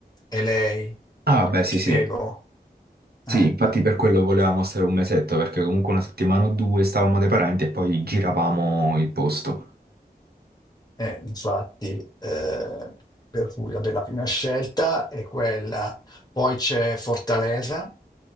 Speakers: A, on the left; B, on the right.
A: e lei.
B: Ah, beh, sì,
A: Spiego,
B: sì. Sì,
A: eh?
B: infatti per quello volevamo stare un mesetto, perché comunque una settimana o due stavamo dai parenti e poi giravamo il posto.
A: Eh, infatti, eh, per cui vabbè, la prima scelta è quella, poi c'è Fortaleza,